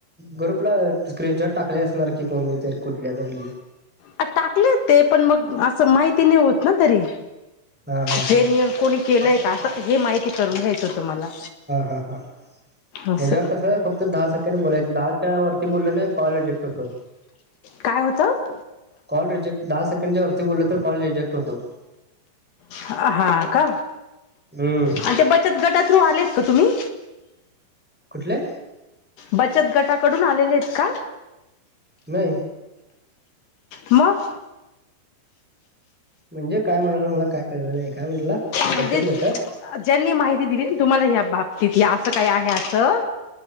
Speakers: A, in the centre; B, on the left.
A: ग्रुपला स्क्रीनशॉट टाकले, असणार की कोणी. तर कुठल्या तरी.
B: अ टाकलेत ते पण मग असं माहिती नाही होत, ना तरी.
A: हा हा
B: जेन्युन
A: हा
B: कोणी केलंय
A: हा
B: का असं हे माहिती करून घ्यायचं होतं मला
A: हा हा
B: असं
A: हेच्यावर कस फक्त दहा सेकंड बोलायचं दहा. त्या वरती बोललं ना कॉल रीजेक्ट होतो.
B: काय होतं
A: कॉल रिजेक्ट दहा सेकंडच्या वर ते बोलल तर कॉल रिजेक्ट होतो.
B: हा का.
A: हम्म
B: आणि ते बचत गटा थ्रू आलेत. कतुम <unintelligible>
A: कुठले.
B: बचत गटाकडून आलेलेत का?
A: नाही.
B: मग.
A: म्हणजे काय म्हणाला मला काय कळलं नाही काय म्हटला.
B: म्हणजे
A: बचत गट हा
B: ज्यांनी माहिती दिली तुम्हाला या बाब तीतल असं काय आहे असं.